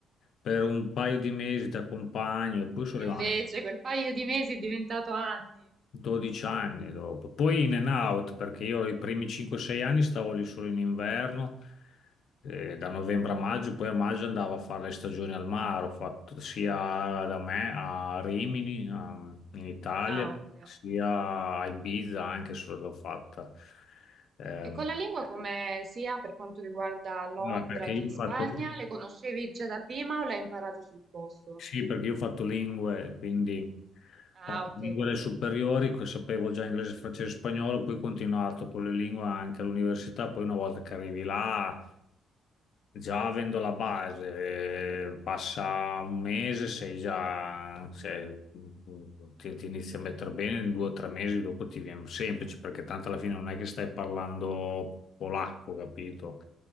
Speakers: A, on the left; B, on the right.
A: per un paio di mesi, ti accompagno. E poi sono
B: E invece
A: rimasto.
B: quel paio di mesi è diventato anni.
A: 12 anni dopo, poi in and out perché io i primi 5-6 anni stavo lì solo in inverno, eh, da novembre a maggio, poi a maggio andavo a fare le stagioni al mare, ho fatto sia da me a Rimini, um, in Italia,
B: Ah, ok.
A: sia a Ibiza anche se l'ho fatta. Ehm,
B: E con la lingua come sia per quanto riguarda Londra
A: vabbè, perché
B: che
A: io
B: in Spagna,
A: ho fatto...
B: le conoscevi già da prima o le hai imparate sul posto?
A: Sì, perché io ho fatto lingue, quindi
B: Ah,
A: ho fatto
B: ok,
A: lingue alle superiori, che sapevo già inglese, francese e spagnolo, poi ho continuato con le lingue anche all'università, poi una volta che arrivi là, già avendo la base, eh, passa un mese, sei già, sei- ti, ti inizi a mettere bene, in due o tre mesi dopo ti viene semplice, perché tanto alla fine non è che stai parlando polacco, capito?